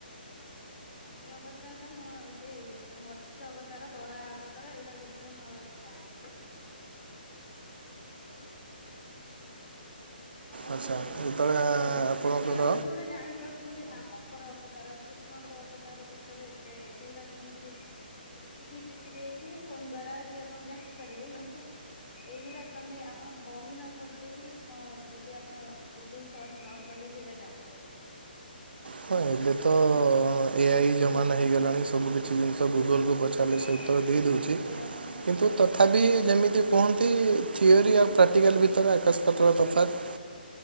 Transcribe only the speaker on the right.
ଆଚ୍ଛା
ଯେତେବେଳେ
ଆପଣଙ୍କର
ହଁ ଏବେ ତ ଏଆଇ ଜମାନା ହେଇଗଲାଣି ସବୁ କିଛି ଜିନିଷ ଗୁଗୋଲକୁୁ ପଚା ଚାରିଲେ
ଉତ୍ତର ଦେଇ ଦଉଛି
କିନ୍ତୁ ତଥାପି
ଯେମି କୁହନ୍ତି ଥିଓରି ଆଉ ପ୍ରାକ୍ଟିକାଲ୍ ଭିତରେ ଆକାଶପାତାଳ ତଫାତ।